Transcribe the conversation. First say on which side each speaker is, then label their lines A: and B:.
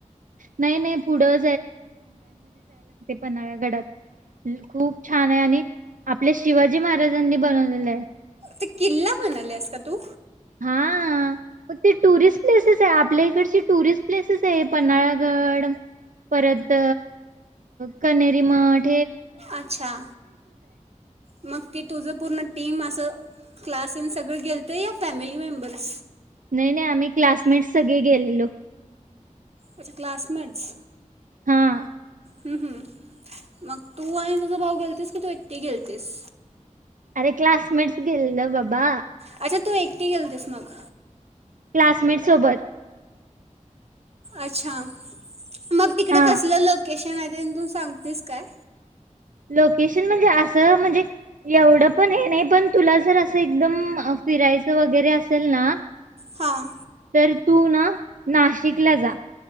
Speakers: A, on the right; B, on the right.
A: नाही नाही पुढं पन्हाळ्या गडात तिथ खूप छान हाय आणि आपल्या शिवाजी महाराजांनी बनवलेलं आहे
B: ते किल्ला म्हणायलेस का तू
A: हां आ् मग ते टुरिस्ट प्लेसेस आहे आपल्या इकडची टुरिस्ट प्लेसेस आहे पन्हाळागड परत कनेरीमठ
B: अच्छा मग ती तुझं पूर्ण टीम असं क्लासन सगळं गेलत या फॅमिली मेंबर्स
A: नाही नाही आम्ही क्लासमेट सगळे गेलेलो
B: अच्छा क्लासमेट्स
A: हा
B: ह ह मग तू आणि तुझ भाऊ गेलतीस की तू एकटी गेलतीस?
A: अरे क्लासमेट्स गेलेलो बाबा
B: अच्छा तू एकटी गेलतेस मग
A: क्लासमेट सोबत
B: अच्छा मग तिकड
A: हा
B: कसलं लोकेशन माहिती तून सांगतेस काय
A: लोकेशन म्हणजे असं म्हणजे एवढं पण हे नाही पण तुला जर असं एकदम फिरायचं वगैरे असेल ना
B: हां
A: तर तू ना नाशिकला जा